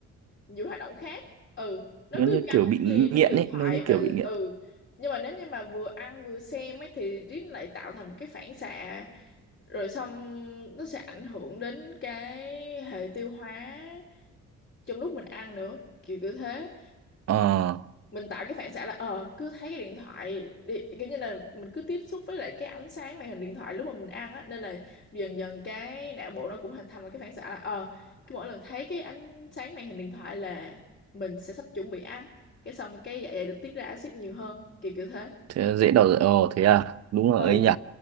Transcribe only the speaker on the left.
nhiều hoạt động khác ừ nó
cứ
gắn
liền với
cái điện
thoại
và
ừ nhưng mà nếu như mà vừa ăn vừa xem ấy thì riết lại tạo thành một cái phản xạ rồi xong nó sẽ ảnh hưởng đến cái hệ tiêu hóa trong lúc mình ăn nữa kiểu cứ thế
mình tạo cái phản xạ là ờ cứ thấy cái điện thoại đi kiểu như là mình cứ tiếp xúc với lại cái ánh sáng màn hình điện thoại lúc mà mình ăn á nên là dần dần cái não bộ nó cũng hình thành một cái phản xạ là ờ cứ mỗi lần thấy cái ánh sáng màn hình điện thoại là mình sẽ sắp chuẩn bị ăn cái xong cái dạ dày được tiết ra axit nhiều hơn kiểu kiểu thế
ừ